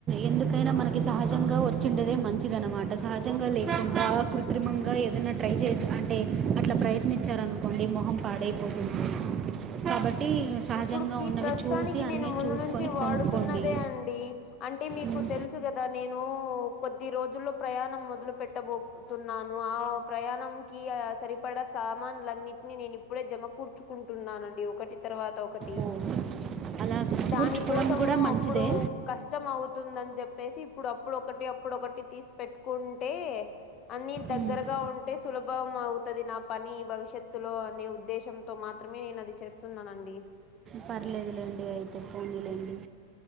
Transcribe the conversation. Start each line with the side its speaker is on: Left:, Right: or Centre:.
Right: ఎందుకైనా మనకి సహజంగా వచ్చిండేదే మంచిద అనమాట సహజంగా లేకుండా కృత్రిమంగా ఏదనా ట్రై చేసి అంటే అట్లా ప్రయత్నించారనుకోండి మొహం పాడైపోతుంది కాబట్టి సహజంగా
Left: ఇప్పుడుకి
Right: ఉన్నవి
Left: ప్రస్తుతానికి
Right: చూసి అన్నీ
Left: నేను ముందు
Right: చూసుకొని
Left: నుంచి వాడుతున్నదే
Right: కొనుక్కోండి
Left: అండి అంటే మీకు
Right: మ్మ్.
Left: తెలుసు కదా నేను కొద్ది రోజుల్లో ప్రయాణం మొదలు పెట్టబో తున్నాను ఆ ప్రయాణం కి ఆ సరిపడ సామానులన్నింటిని నేను ఇప్ ఇప్పుడే జమకర్చుకుంటున్నానండి ఒకటి తర్వాత ఒకటి
Right: ఓ. అలా
Left: దాని
Right: కూర్చుకోవడం
Left: కోసము
Right: కూడా మంచిదే
Left: అప్పుడు కస్ ష్టం అవుతుందని చెప్పేసి ఇప్పుడు అప్పుడోకటి అప్పుడొకటి తీసి పెట్టుకుంటే అన్ని దగ్గరగా
Right: మ్మ్.
Left: ఉంటే సులభం అవుతది నా పని భవిష్యత్తులో అనే ఉద్దేశంతో మాత్రమే నేను అది చేస్తున్నానండి
Right: పర్లేదులేండి అయితే పోనిలేండి